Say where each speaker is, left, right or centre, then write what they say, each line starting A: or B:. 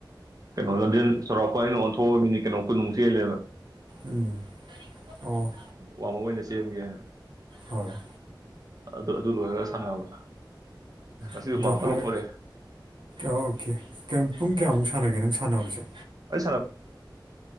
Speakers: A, on the right; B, on the right.
A: ꯀꯩꯅꯣ ꯂꯝꯖꯦꯜ ꯆꯥꯎꯔꯥꯛꯄꯣꯏ ꯑꯩꯅ ꯑꯣꯟꯊꯣꯛꯑꯃꯤꯅꯤ ꯀꯩꯅꯣ ꯀꯨꯅꯨꯡ ꯆꯦꯜꯂꯦꯕ
B: ꯎꯝ ꯑꯣ
A: ꯋꯥꯃ ꯑꯣꯏꯅ ꯆꯟꯒꯦ ꯍꯥꯏꯅ
B: ꯍꯣꯏꯣꯏ
A: ꯑꯗꯨ ꯑꯗꯨ ꯂꯣꯏꯔꯒ ꯁꯥꯟꯅꯕ ꯉꯁꯤꯗꯤ
B: ꯑꯗꯣ
A: ꯃꯃꯥꯡ ꯐ
B: ꯍꯥꯏ
A: ꯂꯧꯊꯣꯔꯑꯦ
B: ꯑꯣꯀꯦ ꯄꯨꯡ ꯀꯌꯥꯃꯨꯛ ꯁꯥꯟꯅꯒꯦ ꯅꯪ ꯁꯥꯟꯅꯕꯁꯦ
A: ꯑꯩ